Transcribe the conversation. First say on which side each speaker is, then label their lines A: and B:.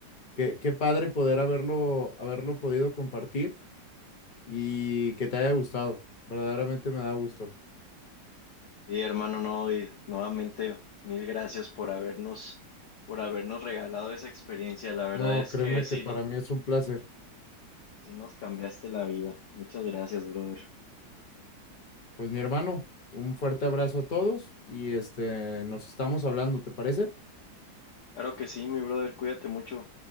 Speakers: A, on the left; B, on the left.
A: qué, qué padre poder haberlo, haberlo podido compartir y que te haya gustado. Verdaderamente me da gusto.
B: Sí, hermano, no, y nuevamente mil gracias por habernos, por habernos regalado esa experiencia. La verdad
A: No,
B: es
A: créeme
B: que
A: que
B: sí,
A: para
B: no,
A: mí es un placer.
B: sí nos cambiaste la vida. Muchas gracias, brother.
A: Pues mi hermano, un fuerte abrazo a todos y este, nos estamos hablando, ¿te parece?
B: Claro que sí, mi brother, cuídate mucho.